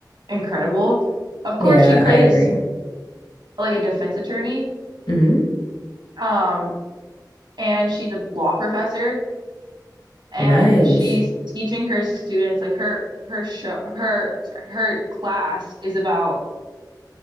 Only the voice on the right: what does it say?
incredible. Of course,
she plays
like a defense attorney.
Um, and she's a law professor. and
she's teaching her students like her her show her sorry her class is about